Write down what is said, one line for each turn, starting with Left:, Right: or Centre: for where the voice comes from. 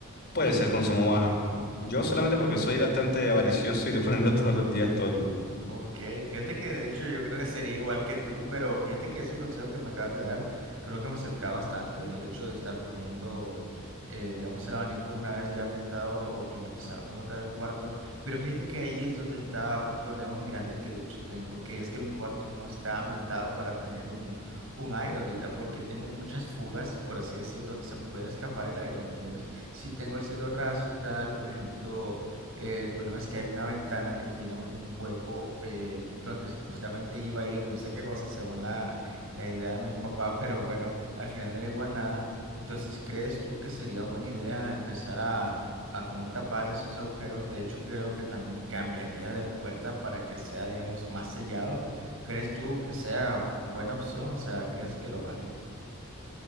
Left: Puede ser consumo bajo. Yo solamente
Right: Ok.
Left: porque soy bastante avaricioso y lo <laughs> prendo todos los días, todo el día.
Right: Ok, fíjate que de hecho yo creo que sería igual que tú, pero fíjate que ese consejo que me acabas de dar creo que me servirá bastante el hecho de estar poniendo, eh, digamos, el abanico una vez ya ambientado o climatizado como tal el cuarto. Pero fíjate que ahí es donde está un problema muy grande que de hecho tengo, que es que mi cuarto no está ambientado para tener un, un aire ahorita, porque tengo muchas fugas, por así decir, donde se puede escapar el aire, ¿me entiendes? Si tengo el cielo raso y tal, por ejemplo. Eh, el problema es que hay una ventana que tiene un hueco eh, donde supuestamente iba a ir no sé qué cosa según la, la idea de mi papá, <laughs> pero bueno, al final no llegó a nada. Entonces, ¿crees tú que sería buena idea empezar a, a cómo tapar esos agujeros? De hecho, creo que también cambiaría de puerta para que sea, digamos, más sellado. ¿Crees tú que sea buena opción? O sea, ¿crees que lo vale?